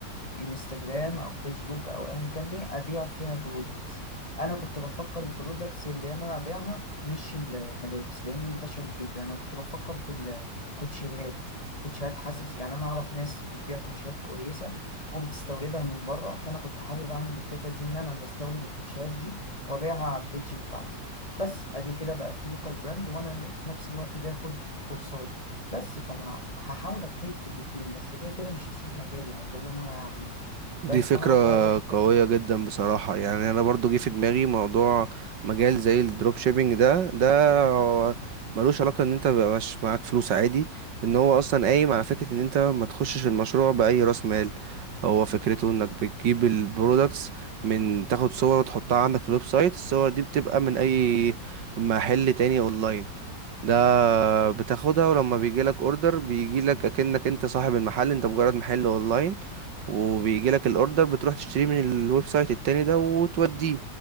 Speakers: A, on the left; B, on the right.
A: الانستجرام او فيسبوك او ايا كان ايه ابيع فيها برودكتس انا كنت بفكر البرودكتس اللي انا ابيعها مش الملابس لان انتشرت جدا انا كنت بفكر في الكوتشيهات كوتشيهات حاسس يعني انا اعرف ناس بتبيع كوتشيهات كويسه وبتستوردها من بره فانا كنت حابب اعمل الفكره دي ان انا بستورد الكوتشيهات دي وابيعها على البيج بتاعتي بس ادي كده بقى في لوكال براند وانا اللي في نفس الوقت باخد كورسات بس فانا هحاول اجتهد في الاثنين بس كده كده مش هسيب مجالي يعني ده اللي انا واعي عليه
B: دي
A: بس
B: فكرة
A: فانا برضو عايزك انت
B: قوية
A: كمان
B: جدا بصراحة يعني أنا برضو جه في دماغي موضوع مجال زي الدروب شيبينج ده ده هو ملوش علاقة إن أنت مبقاش معاك فلوس عادي إن هو أصلا قايم على فكرة إن أنت ما تخشش المشروع بأي رأس مال هو فكرته إنك بتجيب البرودكتس من تاخد صور وتحطها عندك في الويب سايت الصور دي بتبقى من أي محل تاني أونلاين ده بتاخدها ولما بيجيلك اوردر بيجيلك اكنك انت صاحب المحل انت مجرد محل اونلاين وبيجيلك الاوردر بتروح تشتريه من الويب سايت التاني ده وتوديه